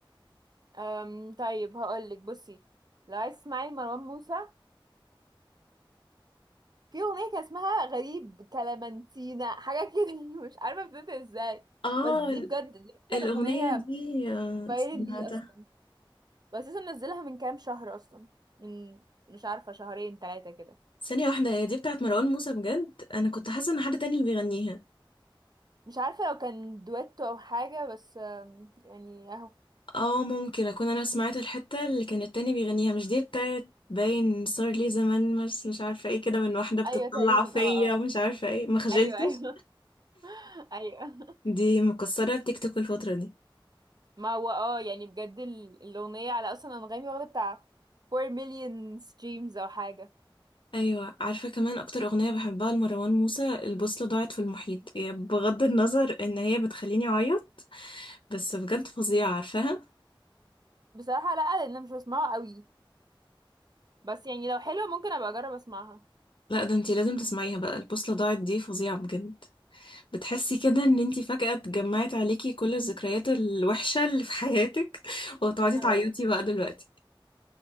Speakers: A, on the right (about 50°); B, on the left (about 65°).
A: أم طيب هقول لك بصي لو عايز تسمعي مروان موسى في اغنيه كان اسمها غريب كلامنتينا حاجه كده <laughs> مش عارفه بتبدا ازاي
B: اه
A: بس دي بجد دي اكتر
B: الأغنية
A: اغنيه
B: دي آه،
A: بايرل
B: سمعتها
A: لي اصلا بس لسه منزلها من كام شهر اصلا من مش عارفه شهرين ثلاثه كده
B: ثانية واحدة هي دي بتاعت مروان موسى بجد أنا كنت حاسة إن حد تاني اللي بيغنيها
A: مش عارفه لو كان دويتو او حاجه بس آم، يعني اهو
B: اه ممكن أكون أنا سمعت الحتة اللي كان التاني بيغنيها مش دي بتاعت باين صار لي زمان بس مش عارفة ايه كده من واحدة بتطلع
A: ايوه تقريبا
B: فيا
A: اه اه
B: ومش عارفة ايه ما خجلتش
A: ايوه ايوه <laughs> ايوه
B: دي مكسرة التيك توك الفترة دي
A: ما هو اه يعني بجد ال- الاغنيه على اصلا انغامي واخده بتاع 4 مليون ستريمز او حاجه
B: أيوة عارفة كمان أكتر أغنية بحبها لمروان موسى البوصلة ضاعت في المحيط هي بغض النظر إن هي بتخليني أعيط بس بجد فظيعة عارفاها
A: بصراحه لا لان انا مش بسمعه قوي بس يعني لو حلوه ممكن ابقى اجرب اسمعها
B: لا ده انتي لازم تسمعيها بقى البوصلة ضاعت دي فظيعة بجد بتحسي كده ان انتي فجأة اتجمعت عليكي كل الذكريات الوحشة اللي في حياتك <laughs> وهتقعدي
A: يا نهار
B: تعيطي
A: ابيض
B: بقى دلوقتي